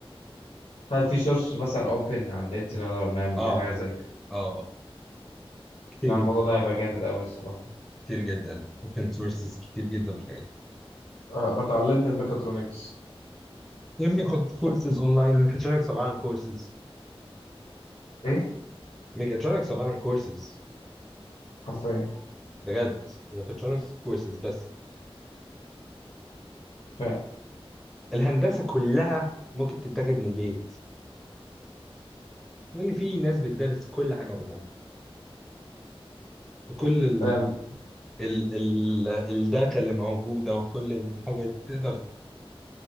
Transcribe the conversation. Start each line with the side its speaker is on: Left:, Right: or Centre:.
Left: هل في سورس مثلا اوبن على النت نقدر نعمل
Centre: اه
Left: بيه
Centre: اه
Left: حاجة زي كده
Centre: آه، كتير
Left: لا
Centre: جدا
Left: الموضوع ده هيبقى جامد قوي الصراحة
Centre: كتير جدا ممكن سورسز كتير جدا في الحاجات
Left: أه بتعلمني الميكاترونكس
Centre: يا ابني خد كورسز اونلاين ميكاترونكس عباره عن كورسز
Left: ايه
Centre: ميكاترونكس عباره عن كورسز
Left: حرفيا
Centre: بجد ميكاترونكس كورسز بس
Left: فاهم
Centre: والهندسه كلها ممكن تتاخد من البيت لان في ناس بتدرس كل حاجه اونلاين بكل ال
Left: فاهم
Centre: ال ال الداتا اللي موجوده وكل الحاجات تقدر